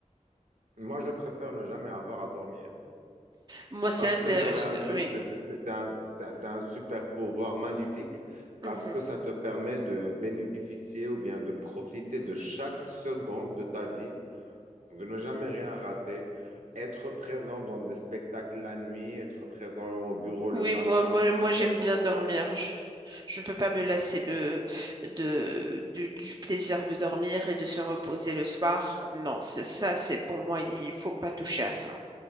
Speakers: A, on the right; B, on the right.
A: Moi, je préfère ne jamais avoir à dormir.
B: Moi, c'est
A: Parce
B: intéressant.
A: que je leur ai insu-
B: Oui.
A: c'est c'est- c'est- c'est un, c'est un c'est un super pouvoir magnifique
B: Mhm.
A: parce que ça te permet de bénéficier ou bien de profiter de chaque seconde de ta vie, de ne jamais rien rater, être présent dans des spectacles la nuit, être présent au bureau
B: Oui,
A: le matin
B: moi, moi, moi
A: pour
B: j'aime
A: faire son
B: bien dormir.
A: travail.
B: Je, je ne peux pas me lasser de, de, du du plaisir de dormir et de se reposer le soir. Non, c'est ça, c'est pour moi, il faut pas toucher à ça.